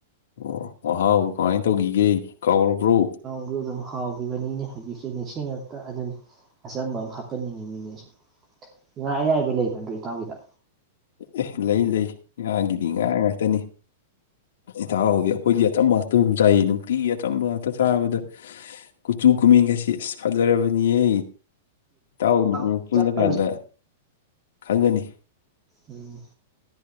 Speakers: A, on the left; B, on the right.
A: ꯑꯣ ꯋꯥꯍꯥꯎ ꯀꯃꯥꯏ ꯇꯧꯒꯤꯒꯦ ꯀꯥꯎꯔꯕ꯭ꯔꯣ
B: ꯑꯗꯨꯅ ꯃꯍꯥꯎꯒꯤꯕꯅꯤꯅꯦ ꯍꯧꯖꯤꯛꯁꯦ ꯅꯤꯡꯁꯤꯡꯉꯛꯇ ꯑꯗꯨꯅꯤ ꯑꯆꯝꯕ ꯑꯃ ꯍꯥꯞꯀꯟꯅꯤꯡꯉꯤꯅꯤꯅꯦꯁ ꯉꯥ ꯑꯌꯥꯏꯕ ꯂꯩꯕ ꯅꯠꯇ꯭ꯔꯣ ꯏꯇꯥꯎꯒꯤꯗ
A: ꯑꯦ ꯂꯩ ꯂꯩ ꯉꯥꯒꯤꯗꯤ ꯉꯥ ꯉꯥꯛꯇꯅꯤ ꯏꯇꯥꯎꯒꯤ ꯑꯩꯈꯣꯏꯗꯤ ꯑꯆꯝꯕ ꯉꯥꯛꯇꯕꯨ ꯆꯥꯏꯌꯦ ꯅꯨꯡꯇꯤꯒꯤ ꯑꯆꯝꯕ ꯉꯥꯛꯇ ꯆꯥꯕꯗ ꯀꯨꯆꯨ ꯀꯨꯃ‌ꯦꯟꯒꯁꯤ ꯑꯁ ꯐꯖꯔꯕꯅꯤꯍꯦ ꯏꯇꯥꯎ ꯑꯃꯨꯛ
B: ꯑꯣ
A: ꯑꯃꯨꯛ ꯄꯨꯜꯂꯀꯥꯟꯗ
B: ꯆꯥꯕꯁꯤ
A: ꯈꯪꯒꯅꯤ
B: ꯎꯝ